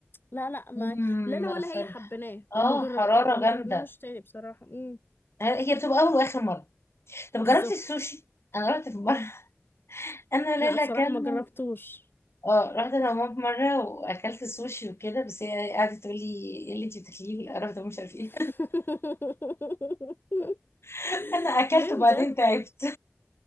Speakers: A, on the left (about 50°); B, on the left (about 70°).
A: لا لا ما
B: أم
A: لا انا ولا
B: فل
A: هي حبيناه
B: اه
A: وما جرب
B: حرارة
A: آه، وما
B: جامدة
A: جربناهوش تاني بصراحة امم
B: هي بتبقى أول وآخر مرة طب
A: بالظبط
B: جربتي السوشي؟ أنا رحت في مرة <laughs> أنا ليلى
A: لا بصراحة
B: أكلنا
A: ما جربتوش
B: اه رحت أنا وماما في مرة وأكلت السوشي وكده بس هي قعدت تقول لي إيه اللي أنتي بتاكليه والقرف ده مش عارف إيه
A: <laughs>
B: <laughs> أنا أكلت
A: ليه
B: وبعدين
A: بجد
B: تعبت